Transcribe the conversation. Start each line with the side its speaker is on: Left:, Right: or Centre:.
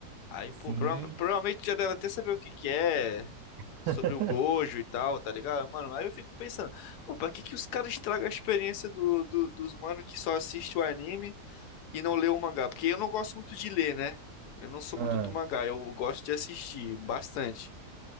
Left: Aí,
Right: Sim.
Left: pô, prova- provavelmente já deve até saber o que que é
Right: <laughs>
Left: sobre o Gojo e tal, tá ligado? Mano, aí eu fico pensando, pô, pra que que os caras estragam a experiência do, do- dos mano que só assiste o anime e não lê o mangá? Porque eu não gosto muito de ler, né? Eu não sou
Right: Ah,
Left: muito do mangá, eu gosto de assistir bastante.